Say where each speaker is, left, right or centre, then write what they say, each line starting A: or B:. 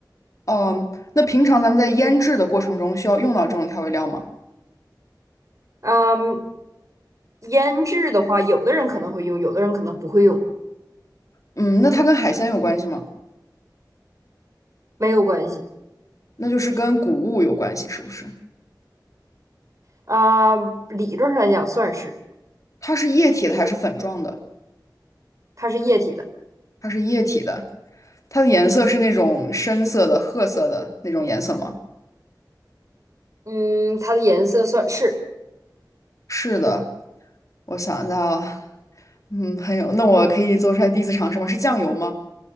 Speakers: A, on the left; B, on the right.
A: 嗯，那平常咱们在腌制的过程中需要用到这种调味料吗？
B: 嗯，腌制的话，有的人可能会用，有的人可能不会用，
A: 嗯，那它跟海鲜有关系吗？
B: 没有关系
A: 那就是跟谷物有关系，是不是？
B: 啊、呃理论上来讲，算是
A: 它是液体的还是粉状的？
B: 它是液体的，
A: 它是液体的，它的颜色是那种深色的、褐色的那种颜色吗？
B: 嗯，它的颜色算是
A: 是的。我想一下啊，嗯，还有，那我可以做出来第一次尝试吗？是酱油吗？